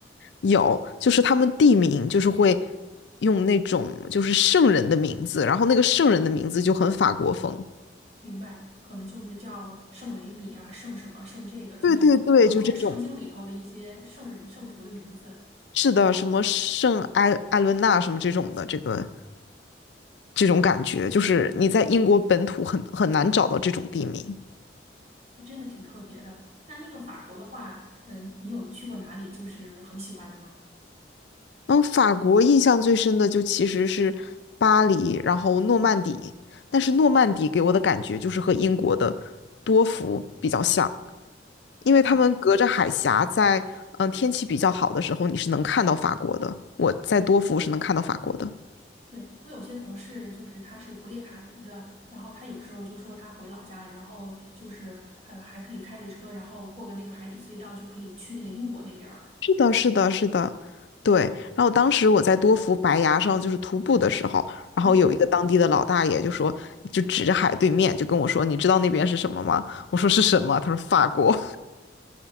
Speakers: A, on the left (about 80°); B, on the right (about 40°).
A: 有，就是他们地名就是会用那种就是圣人的名字，然后那个圣人的名字就很法国风。
B: 明白，可能就是叫圣雷米啊，圣什么，圣这个，就是可能都是圣经里头的一些圣人、
A: 对对对，就这种。
B: 圣徒的名字，
A: 是的，什么圣埃埃伦纳什么这种的，这个这种感觉，就是你在英国本土很很难找到这种地名。
B: 还真的挺特别的。那那个法国的话，嗯，你有去过哪里就是很喜欢的吗？
A: 嗯，法国印象最深的就其实是巴黎，然后诺曼底。但是诺曼底给我的感觉就是和英国的多福比较像，因为他们隔着海峡在，
B: 对，
A: 嗯天气比较好的时候，你是能看到法国的。我在多福是能看到法国的。
B: 对，我有些同事就是他是不列塔尼的，然后他有时候就说他回老家了，然后就是还还可以开着车，然后过个那个海底隧道就可以去那个英国那边儿了。
A: 是的，是的，是的，对。然后当时我在多福白崖上就是徒步的时候，然后有一个当地的老大爷就说，
B: 嗯。
A: 就指着海对面就跟我说：“你知道那边是什么吗？”我说：“是什么？”他说：“法国。”